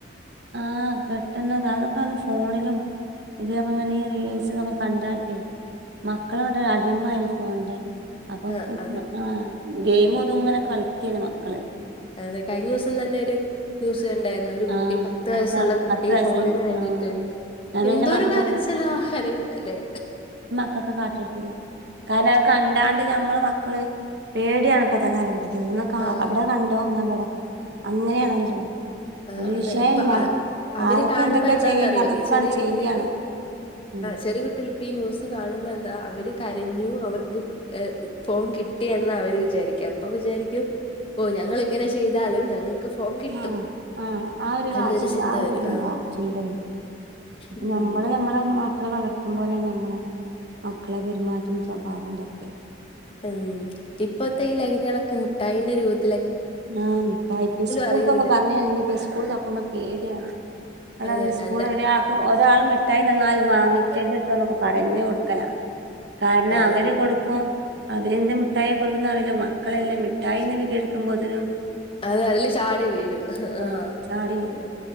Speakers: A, on the right (about 60°); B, on the left (about 30°).
A: ആഹ് കെട്ടുന്നത് അതൊക്കെങ് ഫോണിലും ഇതിക്ക ഇങ്ങനെ ഈ റീൽസ്ന്നൊക്കെ കണ്ടാട്ടെ മക്കളക്കെ അടിമ ആരുന്നു ഫോണിന്റെ അപ്പൊ
B: ആഹ് അതെ
A: ആഹ് ഗെയിമ ഒതുംങ്ങനെ കളിക്കന്ന മക്കള്
B: അതെ കഴിഞ്ഞ ദിവസം തന്നെ ഒരു ന്യൂസ് ണ്ടായിരുന്നു ഒരു കുട്ടി
A: ആഹ്
B: പത്ത്
A: പത്ത
B: വയസുള്ള കുട്ടി
A: പത്ത് വയസ്സായ
B: ഫോണിന്
A: കുട്ടി
B: വേണ്ടിട്ട്
A: ആഹ് ഞാൻ പിന്നെ
B: എന്തോരു
A: എന്റെ മക്കൾക്ക്
B: കരച്ചില ആ അരയുന്നല്ലേ
A: ഒക്കെ കാട്ട കൊടുത്തില്ല കാരണം അ കണ്ടാണ്ട് നമ്മളെ മക്കള് പേടിയാണ് ഇപ്പോഴത്തെ കാലഘട്ട അന്ന്
B: ആഹ്
A: അവിടെ കണ്ടോന്ന്വിടെ അങ്ങനെയാണല്ലോ
B: ആ
A: ഒരു
B: അതെ
A: വിഷയല്ല
B: ഇപ്പൊ അവര്
A: ആരൊക്കെ
B: കാണുമ്പോ
A: എന്തൊക്കെയാ
B: എന്താന്നറിയോ
A: ചെയ്യുന്നത് അതൊക്കെയാണ്
B: ഈ ചെറിയ
A: ചെയ്യാണ്
B: കുട്ടികള്
A: ഉം
B: ചെറിയ കുട്ടികൾ ഇപ്പ ഈ ന്യൂസ് കാണുമ്പോ എന്താ അവര് കരഞ്ഞു അവർക്ക് ഫോൺ കിട്ടിന്ന് അവര് വിചാരിക്കും അപ്പൊ വിചാരിക്കും ഓ ഞങ്ങിങ്ങനെ ചെയ്താലും ഞങ്ങക്ക് ഫോം കിട്ടും
A: ആഹ് ആഹ് ആ ഒരു വാഷി
B: എന്നൊരു ചിന്ത
A: ആ ഒരിതുണ്ടാവും
B: വരും
A: ചിന്ത വരും അപ്പ
B: ഉം
A: നമ്മള് നമ്മള മക്കളെ വളർത്തും പോലെയാണ് നമ്മളെ മക്കളെ പെരുമാറ്റം സ്വഭാവം ഇതൊക്കെ
B: ഉം ഇപ്പത്തെ ഈ ലഹരികളൊക്കെ മിട്ടായിന്റെ രൂപത്തി
A: ആ മിഠായി സ്കൂൾക്കൊക്കെ
B: അറിയൂല
A: പറഞ്ഞഞ് കഴിഞ്ഞ സ്കൂൾ തോക്കുമ്പോ പേടിയാണ്
B: അതെ
A: സ്കൂൾ
B: എന്റെ
A: ഒരാൾക്ക് ഒരാൾ മിഠായി തന്നാലും വാങ്ങിക്കത്ട്ടോന്നൊക്കെ പറഞ്ഞു കൊടു കല കാരണം
B: ആ
A: അവര് കൊടുക്കും അവര്ന്താ മിഠായ കൊടുക്കുനറിയില്ല മക്കളല്ലേ മിഠായിന്ന്കെ കേൾക്കുമ്പോ ത്തരം
B: അതെ അതില് ചാടി വീഴും ആ
A: ആഹ് ചാടി വീഴും
B: അതെ